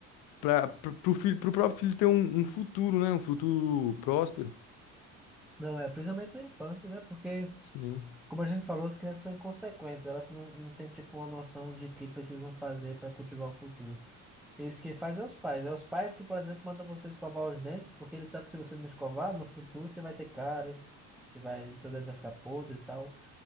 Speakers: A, on the left; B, in the centre.
A: para pro filho, pro próprio filho ter um, um futuro, né? Um futuro próspero.
B: Não, é, principalmente na infância, né? Porque,
A: Sim.
B: como a gente falou, as crianças são inconsequentes, elas não, não têm, tipo, uma noção de que precisam fazer para cultivar o futuro. Isso quem faz é os pais. É os pais que, por exemplo, mandam você escovar os dentes, porque eles sabem que se você não escovar, no futuro você vai ter cárie, você vai, seu dente vai ficar podre e tal.